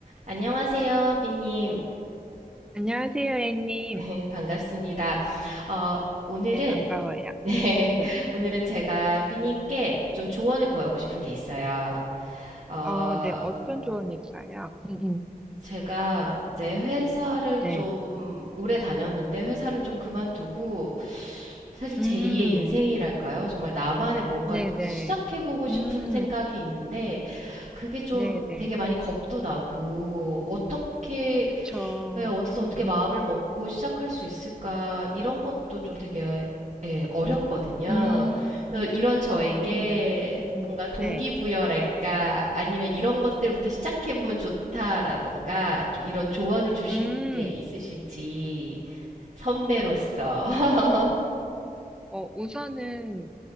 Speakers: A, on the right (about 45°); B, in the centre.
A: 안녕하세요, 삐님.
B: 안녕하세요, A님.
A: <laughs> 반갑습니다. 어, 오늘은,
B: 네, 반가워요.
A: <laughs> 네,
B: 네.
A: 오늘은 제가 삐님께 좀 조언을 구하고 싶은 게 있어요. 어,
B: 어, 네, 어떤 조언일까요? 음, 음,
A: 제가 이제 회사를
B: 네.
A: 좀 오래 다녔는데 회사를 좀 그만두고 사실 제2의
B: 음,
A: 인생이랄까요? 정말 나만의 뭔가를
B: 네네.
A: 또 시작해보고 싶은
B: 음,
A: 생각이 있는데 그게 좀
B: 네네.
A: 되게 많이 겁도 나고 어떻게
B: 그쵸.
A: 예, 어디서
B: 음,
A: 어떻게 마음을
B: 음,
A: 먹고 시작할 수 있을까, 이런 것도 좀 되게, 예, 어렵거든요.
B: 음,
A: 그래서 이런 저에게
B: 어, 정말, 음,
A: 뭔가 동기부여랄까,
B: 네.
A: 아니면 이런 것들부터 시작해보면 좋다라던가, 좀 이런 조언을 주실
B: 음,
A: 게 있으실지, 선배로서. <laughs>
B: 어, 우선은,